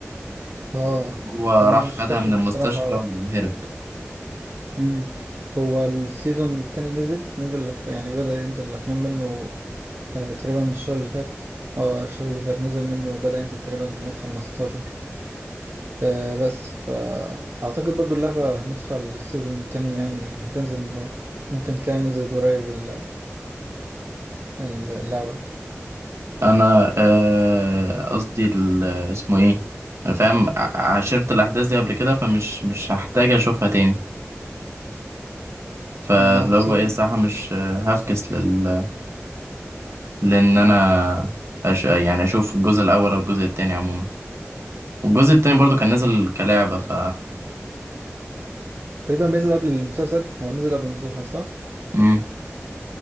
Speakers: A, on the right; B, on the right.
A: اه
B: هو
A: هو
B: راح
A: أنا مش
B: خدها
A: فاكر
B: من
A: الصراحة
B: المستشفى
A: أوي
B: وهرب
A: أمم، هو السيزون التاني نزل نزل في- يعني بدأ ينزل الأفلام منه آه، تقريبا من الشهر اللي فات اه الشهر اللي فات نزل منه بدأ ينزل تقريبا يوم خمستاشر آه بس فأعتقد برضو اللعبة نسخة للسيزون التاني يعني هتنزل من- ممكن تلاقيها نزلت قريب ال- اللعبة
B: انا آه، قصدي ال- اسمه ايه انا فاهم ع- عشرت الاحداث دي قبل كده فمش مش هحتاج اشوفها تاني فاللي
A: ما هو السيزون
B: هو ايه صح مش آه، هفكس لل... لان انا أش... يعني اشوف الجزء الاول او الجزء التاني عموما والجزء التاني برضو كان نازل كلعبة ف
A: تقريبا بينزل قبل المسلسل هو نزل قبل المسلسل صح؟
B: امم